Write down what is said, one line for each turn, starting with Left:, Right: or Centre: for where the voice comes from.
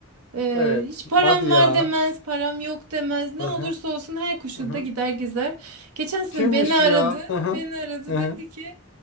Right: Ee,
Left: Evet.
Right: hiç param
Left: Hadi ya.
Right: var demez, param yok demez. Ne
Left: Hı
Right: olursa
Left: hı.
Right: olsun her koşulda
Left: Hı hı.
Right: gider gezer. Geçen sene
Left: Kimmiş
Right: beni aradı.
Left: bu ya? Hı hı.
Right: Beni aradı
Left: Hı
Right: dedi
Left: hı.
Right: ki